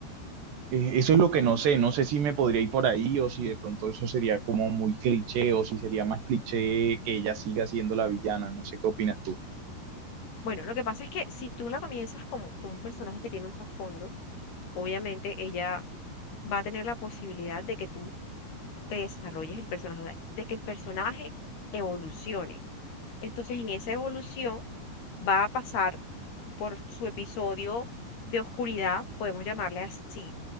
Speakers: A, on the right (about 85°); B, on the left (about 70°).
A: Eh, Eso es lo que no sé, no sé si me podría ir por ahí o si de pronto eso sería como muy cliché o si sería más cliché que ella siga siendo la villana, no sé qué opinas tú.
B: Bueno, lo que pasa es que si tú la comienzas como, con un personaje que tiene un trasfondo, obviamente ella va a tener la posibilidad de que tú te desarrolles el personaje, o sea, de que el personaje evolucione. Entonces, en esa evolución va a pasar por su episodio de oscuridad, podemos llamarle así,